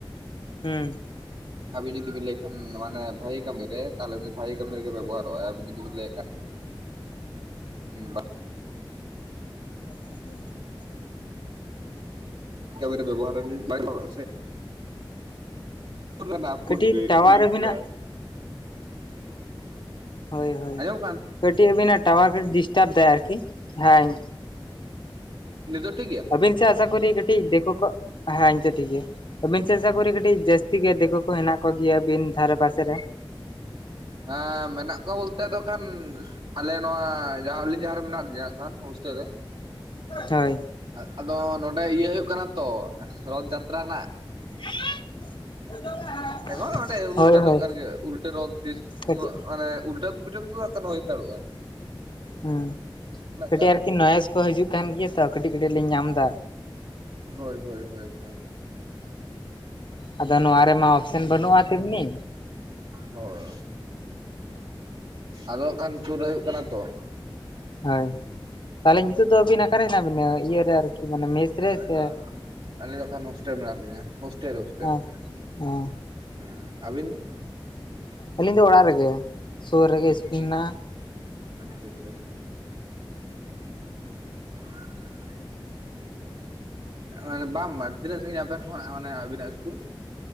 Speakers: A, on the left; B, on the right.
A: ᱦᱩᱸ
B: ᱟᱵᱤᱱ ᱡᱩᱫᱤ ᱵᱮᱱ ᱞᱟᱹᱭ ᱠᱷᱟᱱ ᱱᱚᱣᱟ ᱢᱟᱱᱮ ᱵᱷᱟᱹᱜᱤ ᱠᱟᱹᱢᱤ ᱨᱮ ᱛᱟᱦᱞᱮ ᱩᱱᱤ ᱵᱷᱟᱹᱜᱤ ᱠᱟᱹᱢᱤ ᱨᱮᱜᱮᱭ ᱵᱮᱵᱚᱦᱟᱨᱚᱜᱼᱟᱭ, ᱟᱵᱤᱱ ᱡᱩᱫᱤ ᱵᱮᱱ ᱞᱟᱹᱭᱟᱜ ᱠᱷᱟᱱ <unintelligible>
A: <inaudible>
B: ᱠᱟᱹᱢᱤ ᱨᱮ ᱵᱮᱵᱚᱦᱟᱨᱟᱞᱤᱧ, ᱵᱟᱜ ᱜᱟᱱᱚᱜ-ᱟ ᱥᱮ᱾ ᱟᱱᱟ ᱯᱷᱳᱱ
A: ᱠᱟᱹᱴᱤᱡ
B: ᱯᱮ
A: ᱴᱟᱣᱟᱨ
B: ᱤᱭᱟᱹ
A: ᱟᱹᱵᱤᱱᱟᱜ
B: ᱜᱮᱭᱟ᱾
A: ᱦᱳᱭ ᱦᱳᱭ,
B: ᱟᱸᱡᱚᱢᱚᱜ ᱠᱟᱱ
A: ᱠᱟᱹᱴᱤᱡ ᱟᱵᱤᱱᱟᱜ ᱴᱟᱣᱟᱨ ᱰᱤᱥᱴᱟᱵ ᱫᱟᱭ ᱟᱨᱠᱤ, ᱦᱮᱸ᱾
B: ᱱᱤᱛᱚᱜ ᱴᱷᱤᱠ ᱜᱮᱭᱟ?
A: ᱟᱹᱵᱤᱱ ᱥᱮᱜ ᱟᱥᱟ ᱠᱚᱨᱤ, ᱠᱟᱹᱴᱤᱡ ᱫᱤᱠᱩ ᱠᱚ ᱦᱮᱸ ᱱᱤᱛᱚᱜ ᱴᱷᱤᱠ ᱜᱮᱭᱟ ᱟᱵᱤᱱ ᱥᱮ ᱟᱥᱟ ᱠᱚᱨᱮ ᱠᱟᱹᱴᱤᱡ ᱡᱟᱹᱥ ᱴᱷᱤᱠ ᱜᱮᱭᱟ, ᱫᱤᱠᱩ ᱠᱚ ᱦᱮᱱᱟᱜ ᱠᱚ ᱜᱮᱭᱟ ᱵᱤᱱ ᱫᱷᱟᱨᱮ ᱯᱟᱥᱮ ᱨᱮ᱾
B: ᱦᱮᱸ ᱢᱮᱱᱟᱜ ᱠᱚᱣᱟ ᱵᱚᱞᱛᱮ ᱟᱫᱚ ᱠᱷᱟᱱ ᱟᱞᱮ ᱱᱚᱣᱟ ᱡᱟᱦᱟᱸ ᱯᱮ ᱦᱚᱲ ᱢᱮᱱᱟᱜ ᱞᱮᱭᱟ ᱦᱟᱸᱜ ᱠᱷᱟᱱ ᱦᱳᱥᱴᱮᱞ ᱨᱮ᱾
A: ᱦᱳᱭ
B: ᱟᱫ ᱟᱫᱚ ᱱᱚᱸᱰᱮ ᱤᱭᱟᱹ ᱦᱩᱭᱩᱜ ᱠᱟᱱᱟ ᱛᱚ ᱨᱚᱛᱷ ᱡᱟᱛᱨᱟ ᱨᱮᱱᱟᱜ
A: <inaudible>
B: ᱮᱱᱦᱚ ᱚᱸᱰᱮ ᱚᱱᱩᱥᱴᱷᱟᱱ
A: ᱦᱳᱭ ᱦᱳᱭ
B: ᱦᱩᱭᱩᱜ ᱠᱟᱱ ᱜᱮᱭᱟ ᱩᱞᱴᱟᱹ ᱨᱚᱛ ᱛᱤᱥ
A: ᱠᱟᱹᱴᱤᱡ
B: ᱢᱟᱱᱮ ᱩᱞᱴᱟᱹ ᱯᱚᱨᱡᱚᱱᱛᱚ ᱠᱟᱱ ᱦᱳᱭᱛᱟᱲᱼᱟ᱾
A: ᱦᱮᱸ ᱠᱟᱹᱴᱤᱡ
B: ᱠᱷᱟᱱ
A: ᱟᱨᱠᱤ ᱱᱚᱭᱮᱥ ᱠᱚ ᱦᱤᱡᱩᱜ ᱠᱟᱱ ᱜᱮᱭᱟ ᱛᱚ ᱠᱟᱹᱴᱤᱡ ᱠᱟᱹᱴᱤᱡ ᱞᱤᱧ ᱧᱟᱢ ᱫᱟ᱾
B: ᱦᱳᱭ ᱦᱳᱭ ᱦᱳᱭ ᱦᱳᱭ᱾
A: ᱟᱫᱚ ᱱᱚᱣᱟ ᱨᱮᱢᱟ ᱚᱯᱥᱚᱱ ᱵᱟᱹᱱᱩᱜᱼᱟ ᱛᱮᱢᱱᱤ᱾
B: ᱦᱳᱭ ᱟᱫᱚ ᱦᱟᱜ ᱠᱷᱟᱱ ᱥᱩᱨ ᱨᱮ ᱦᱩᱭᱩᱜ ᱠᱟᱱᱟ ᱛᱚ ᱾
A: ᱦᱳᱭ ᱛᱟᱦᱚᱞᱮ ᱱᱤᱛᱳᱜ ᱫᱚ ᱟᱹᱵᱤᱱ ᱚᱠᱟᱨᱮ ᱦᱮᱱᱟᱜ ᱵᱤᱱᱟ?
B: <unintelligible>
A: ᱤᱭᱟᱹᱨᱮ ᱟᱨᱠᱤ ᱢᱟᱱᱮ ᱢᱮᱥ ᱨᱮ
B: ᱟᱞᱮ
A: ᱥᱮ
B: ᱫᱚ ᱟᱞᱮ ᱫᱚ ᱚᱠᱷᱟᱱ ᱦᱳᱥᱴᱮᱞ ᱨᱮ ᱢᱮᱱᱟᱜ ᱞᱤᱧᱟ ᱦᱳᱥᱴᱮᱞ ᱨᱮ ᱦᱳᱥᱴᱮᱞ
A: ᱦᱮᱸ
B: ᱨᱮ ᱾ <unintelligible>
A: ᱚ
B: ᱟᱹᱵᱤᱱ ᱫᱚ?
A: ᱟᱹᱞᱤᱧ ᱫᱚ ᱚᱲᱟᱜ ᱨᱮᱜᱮ᱾ ᱥᱩᱨ ᱨᱮᱜᱮ
B: ᱟᱪᱪᱷᱟ
A: ᱤᱥᱠᱩᱞ ᱢᱮᱱᱟᱜᱼᱟ
B: ᱟᱪᱪᱷᱟ ᱟᱪᱪᱷᱟ <inaudible> <inaudible> ᱦᱮ ᱟᱫᱚ ᱵᱟᱝ ᱵᱟᱝ ᱛᱤᱱᱟᱹᱜ ᱥᱟᱺᱜᱤᱧᱟ ᱟᱯᱮᱱ ᱠᱷᱚᱜ ᱢᱟᱱᱮ ᱟᱵᱤᱱᱟᱜ ᱤᱥᱠᱩᱞ᱾